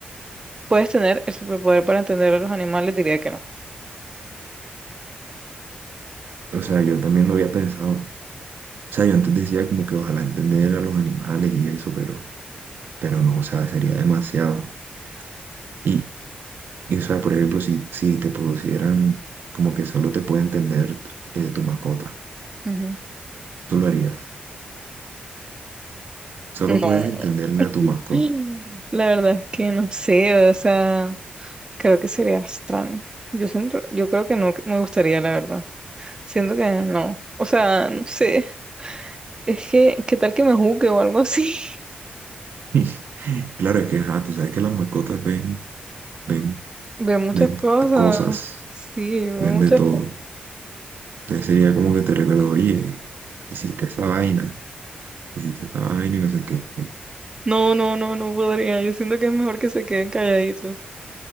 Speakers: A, on the right; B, on the right.
A: ¿puedes tener el superpoder para entender a los animales? Diría que no.
B: O sea, yo también lo había pensado. O sea, yo antes decía como que ojalá entender a los animales y eso, pero, pero no, o sea, sería demasiado. Y, y o sea, por ejemplo, si, si te producieran como que solo te puede entender eh, tu mascota,
A: Ujú.
B: tú lo harías. Solo
A: No.
B: puedes entenderle a tu mascota.
A: <gasps> La verdad es que no sé, o sea, creo que sería extraño. Yo siento, yo creo que no me gustaría, la verdad. Siento que no. O sea, no sé. Es que, ¿qué tal que me juzgue o algo así?
B: <laughs> Claro, es que, ajá, tú sabes que las mascotas ven, ven,
A: <laughs> Veo muchas
B: ven
A: cosas.
B: cosas,
A: Sí, veo
B: ven
A: muchas
B: de todo.
A: cosas.
B: Entonces sería como que te recuerdo, oye, hiciste esa vaina. hiciste esta vaina y no sé qué.
A: No, no, no, no podría. Yo siento que es mejor que se queden calladitos.